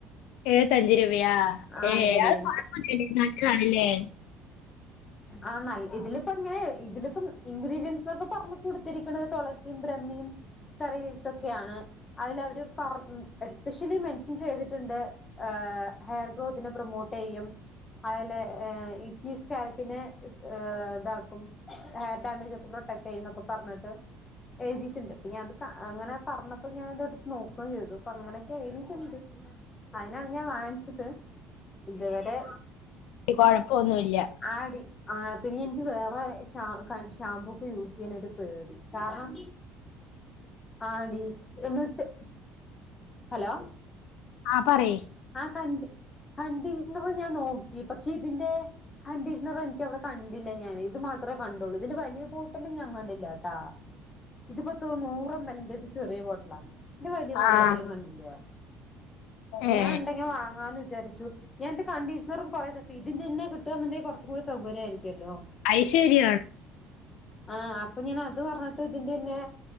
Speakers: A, on the left; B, on the left.
A: എഴുത്തഞ്ച് രൂപയാ
B: ആഹ്
A: ഏ
B: അതെ അതെ
A: അത് കുഴപ്പല്യടീ നാല്ലതാണല്ലേ
B: ആ നല്ല ഇതില് ഇപ്പങ്ങനെ ഇതിലിപ്പം ഇൻഗ്രീഡിയൻറ്സൊക്കെ പറഞ് കൊടുത്തിരിക്കണുത് തുളസിയും ബ്രഹ്മയും കറി ലീപ്സൊക്കെയാണ് അതിലവര് പർ എസ്പെഷ്യലി മെൻഷൻ ചെയ്തിട്ടുണ്ട് ഏ ഹെയർ ഗ്രോത്തിനെ പ്രൊമോട്ട് ചെയ്യും അതപോലെ ഏ ഇച്ചീസ് കാ പിന്നെ താക്കും ഹെയർ ഡാമേജൊക്കെ പ്രൊട്ടക്ട് ചെയ്യന്നൊക്കെ പറഞ്ഞിട്ട് എഴുതിയിട്ടുണ്ട് ഇപ്പ ഞാനത് ക അങ്ങനെ പറഞ്ഞപ്പോ ഞാനത്ടുത്ത് നോക്കുകയും ചെയ്തു പറഞ്ഞ കണക്ക് എഴുതിട്ടുണ്ട് അതിനാണ് ഞാൻ വാങ്ങിച്ചത് ഇതുവരെ
A: കൊഴപ്പൊന്നുമില്ല
B: ആടി ആ പിന്നെ എനിക്ക് വേറെ ഷാ ക ഷാമ്പൂ ഒക്കെ യൂസ് ചെയ്യാൻ ഒരു പേടി കാരണം ആടി ന്നിട്ട് ഹലോ
A: ആ പറയ്
B: ആ കണ്ട് കണ്ടിഷ്ണർ ഞാൻ നോക്കി പക്ഷെതിന്റെ കണ്ടീഷണർ എനിക്കവിടെ കണ്ടില്ല ഞാൻ ഇത് മാത്രമേ കണ്ടുള്ളൂ ഇതിന്റെ വലിയ ബോട്ടിലും ഞാൻ കണ്ടില്ലട്ടാ ഇതിപ്പോ നൂറ് എം എല്ലിന്റെ ചെറിയ ബോട്ടിലാ ഇന്റെ വല്ല്യ ബോട്ടിലൊന്നും
A: ആഹ്
B: ഞാൻ കണ്ടില്ലോ <inaudible>
A: ഏ
B: ഞാൻ ഉണ്ടെങ്കി വാങ്ങാന്ന് വിചാരിചു ഞാനൻ് കണ്ടീഷണറും കുറേതപ്പി ഇതിന്റെന്നെ ട്ടാന്ന്ണ്ടെങ്കിൽ കുറച്ചും കൂടി സൗകര്യായിരിക്കല്ലോ
A: അയ്ശരിയാണ്
B: ആ അപ്പൊ ഞാൻ അത് പറഞ്ഞിട്ട് ഇതിന്റെന്നെ